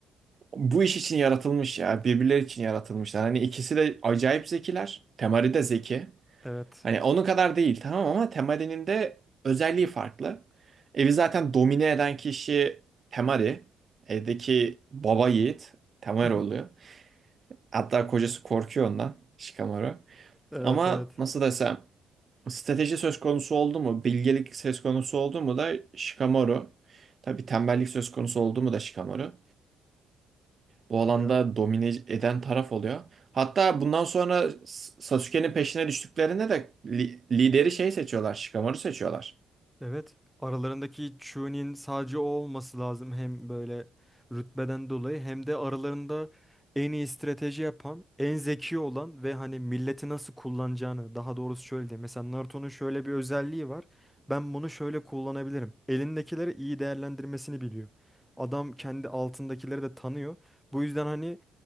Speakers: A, on the right; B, in the centre.
A: bu iş için yaratılmış ya birbirleri için yaratılmışlar. Hani ikisi de acayip zekiler. Temari de zeki.
B: Evet.
A: Hani onun kadar değil tamam ama Temari'nin de özelliği farklı. Evi zaten domine eden kişi Temari. Evdeki baba yiğit Temari
B: <laughs>
A: oluyor. Hatta kocası korkuyor ondan Shikamaru.
B: Evet
A: Ama
B: evet.
A: nasıl desem strateji söz konusu oldu mu, bilgelik söz konusu oldu mu da Shikamaru. Tabii tembellik söz konusu oldu mu da Shikamaru. Bu alanda
B: Ya
A: domine eden taraf oluyor. Hatta bundan sonra S- Sasuke'nin peşine düştüklerinde de li- lideri şey seçiyorlar, Shikamaru seçiyorlar.
B: Evet. Aralarındaki Chu'nin sadece o olması lazım. Hem böyle rütbeden dolayı hem de aralarında en iyi strateji yapan, en zeki olan ve hani milleti nasıl kullanacağını daha doğrusu şöyle diyeyim. Mesela Naruto'nun şöyle bir özelliği var. Ben bunu şöyle kullanabilirim. Elindekileri iyi değerlendirmesini biliyor. Adam kendi altındakileri de tanıyor. Bu yüzden hani